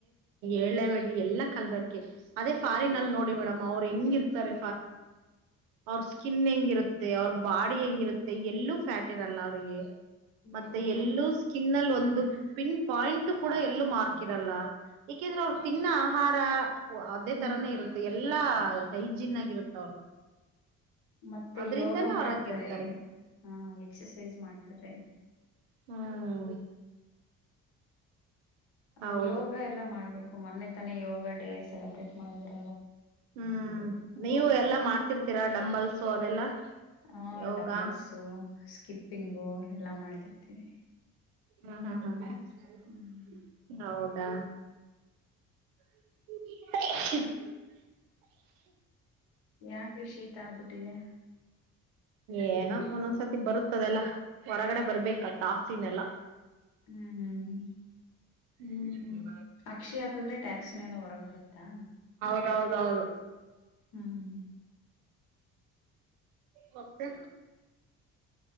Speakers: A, on the right; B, on the left.
A: ಏಳೆ ಎಲ್ಲ ಕಲ್ಬರ್ಕೆ ಅದೇ ಫಾರಿನನ್ ಅಲ್ಲಿ ನೋಡಿ ಮೇಡಮ್ ಅವ್ರು ಹೆಂಗಿರ್ತಾರೆ ಅವ್ರ ಸ್ಕಿನ್ ಹೆಂಗಿರುತ್ತೆ ಅವ್ರ ಬಾಡಿ ಹೆಂಗಿರುತ್ತೆ ಎಲ್ಲೂ ಫ್ಯಾಟ್ ಇರಲ್ಲ ಅವಿಗೆ ಮತ್ತೆ
B: ಹ್ಮ್
A: ಎಲ್ಲೂ ಸ್ಕಿನ್ಲ್ಲಿ ಒಂದು ಪಿನ್ ಪಾಯಿಂಟ್ ಕೂಡ ಎಲ್ಲೂ ಮಾರ್ಕಿರಲ್ಲ ಏಕೆಂದ್ರೆ ಅವ್ರು ತಿನ್ನ ಆಹಾರ ಅದೇ
B: ಹ್ಮ್
A: ತರಾನೇ ಇರುತ್ತೆ ಎಲ್ಲ ಎಲ್ಲಾ ಹೈಜಿನ್ ಆಗಿರುತ್ತೆ ಅವ್ರ್ದು
B: ಮತ್ತೆ
A: ಅದ್ರಿಂದಾನೇ
B: ಯೋಗ ಮಾಡ್ತಾರೆ
A: ಅವ್ರಂಗಿರ್ತಾರೆ
B: ಹ ಎಕ್ಸಸೈಜ ಮಾಡ್ತಾರೆ
A: ಹ್ಮ
B: ಹ
A: ಹೌದು
B: ಯೋಗ ಎಲ್ಲ ಮಾಡ್ಬೇಕು ಮೊನ್ನೆ ತನೇ ಯೋಗ ಡೇ ಸೆಲೆಬ್ರೇಟ್ ಮಾಡಿದ್ರ
A: ಹ್ಮ್ ನೀವು ಎಲ್ಲಾ ಮಾಡ್ತಿರ್ತೀರಾ ಡಂಬಲ್ಸು ಅದೆಲ್ಲಾ
B: ಹ
A: ಯೋಗ
B: ಡಂಬಲ್ಸು ಸ್ಕಿಪ್ಪಿಂಗು ಎಲ್ಲಾ ಮಾಡ್ತಿರ್ತೀವಿ
A: ಹ್ಮ್ ಹ್ಮ್ ಹ್ಮ್ ಹ
B: ಹ್ಮ್
A: ಹೌದಾ <unintelligible>
B: ಯಾಕ ಕೃ ಶಿ ಈತ ಆಗ್ಬಿಟ್ಟಿದೆ
A: ಏನ ಒಂದೊಂದ್ಸತಿ ಬರುತ್ತದೆಲ್ಲ ಹೊರಗಡೆ ಬರ್ಬೇಕಟಸ್ನೆಲ್ಲಾ
B: ಹ್ಮ್ ಹ್ಮ್
A: ಹ್ಮ್
B: ಅಕ್ಷಿ ಹಾಕದ್ರೆ ಟ್ಯಾಕ್ಸಿನೆಲ್ಲ ಹೊರಗ್ ಬರುತ್ತಾ
A: ಹೌದೌದು
B: ಹ್ಮ್
A: ಮತ್ತೆ